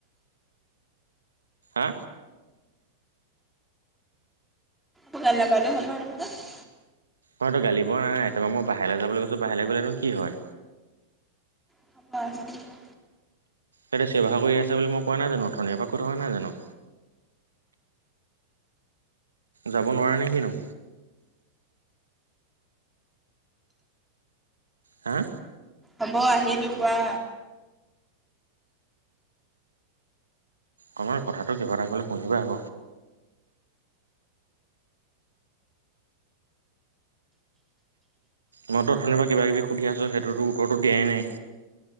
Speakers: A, on the right (about 75°); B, in the centre.
A: আ।
B: মোক গালী নাপাৰীলে হ'ল হয় নহয় এইটো ক চোন?
A: মই তোক গালি পৰা নাই তোমাক মই বাহেলে যাবলে কৈছো বাহেলে গলেনো কি হয়?
B: <unintelligible>
A: সেইয়া চিয়ৰ বাখৰ কৰি আছে বুলি মই কোৱা নাই জানো অথনিৰ পৰা কৈ থকা নহয় জানো। যাব নোৱাৰে নে কিনো। হা?
B: হ'ব আহিলো কোৱা?
A: অ নয় কথাটো কিবা এটা ক'লে শুনিবা আক। মই ত উঠেনি বা কিবা কিবি সুধি আছো সেইটোতো উত্তৰটো দিয়াই নাই।